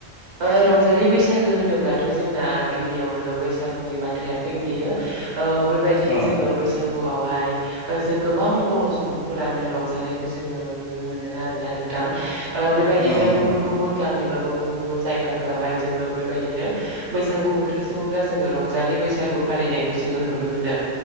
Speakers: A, on the right; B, on the left.
A: ओ रंजालि बैसागो होनोब्लाथ' जोंना गिबियावनो बैसागुनि बाथ्राया फैग्रोयो। ओ बेबायदिनो
B: औ
A: जोङो बैसाग गुआवहाय ओ जों गोबां बर' सुबुंफोरानो रंजानायखौ जोङो नुनो मोनो आरोना नों थां ओ बेबायदिनो
B: औ नंगौ
A: गुबुन गुबुन गामि बा गुबुन गुबुन जायगाफोरावहाय जोङो बेबायदिनो बैसागु बोथोर सौफैब्ला जोङो रंजालि बैसागु फालिनायखौ जोङो नुनो मोनो